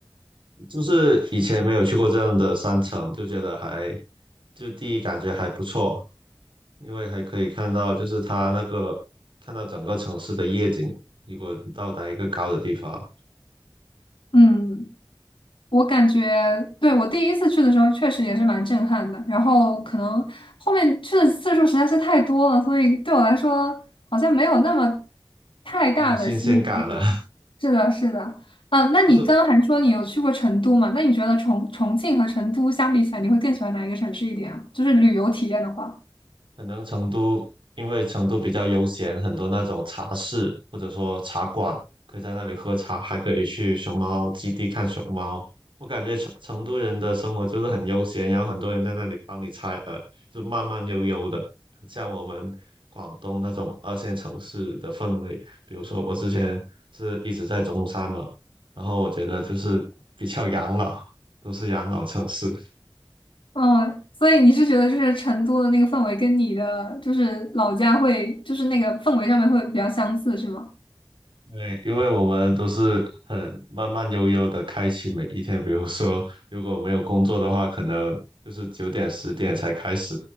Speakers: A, on the right; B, on the left.
A: 就是以前没有去过这样的山城，就觉得还，就第一感觉还不错，因为还可以看到，就是它那个看到整个城市的夜景。如果你到达一个高的地方，
B: 嗯，我感觉，对，我第一次去的时候确实也是蛮震撼的，然后可能后面去的次数实在是太多了，所以对我来说好像没有那么太大的吸引力了。
A: 没有新鲜感了。<laughs>
B: 是的，是的，啊，那你刚刚还说你有去过成都嘛？
A: 但是
B: 那你觉得重重庆和成都相比起来，你会更喜欢哪一个城市一点啊？就是旅游体验的话。
A: 可能成都因为成都比较悠闲，很多那种茶室或者说茶馆，可以在那里喝茶，还可以去熊猫基地看熊猫。我感觉成成都人的生活就是很悠闲，然后很多人在那里帮你拆耳，就慢慢悠悠的，很像我们广东那种二线城市的氛围。比如说我之前是一直在中山嘛，然后我觉得就是比较养老，都是养老城市。
B: 嗯，所以你是觉得就是成都的那个氛围跟你的就是老家会就是那个氛围上面会比较相似，是吗？
A: 对，因为我们都是很慢慢悠悠的开启每一天，比如说如果没有工作的话，可能就是九点十点才开始，